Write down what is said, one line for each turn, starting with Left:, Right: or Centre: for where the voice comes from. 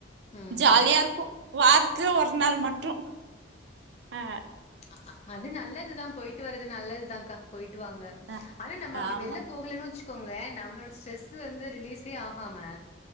Left: ம்
Right: ஜாலியாருக்கு வாரத்துல ஒரு நாள் மட்டு அ
Left: அ அது நல்லது தா போயிட் ட்டு வரது நல்லதுதான்கா போயிட்டு வாங்க
Right: அ
Left: ஆனா நம்ம அப்டி
Right: ஆமா
Left: வெள்ல போகலனு வச் சிக்கோங்ளே நம்ளோட ஸ்ட்ரெஸ்சு வந்து ரிலீஸே ஆகாம